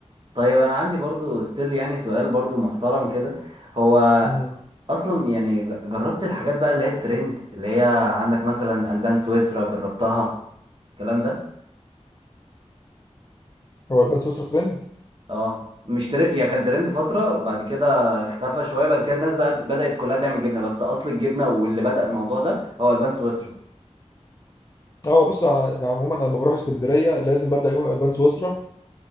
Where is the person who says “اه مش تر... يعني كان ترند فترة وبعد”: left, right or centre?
Right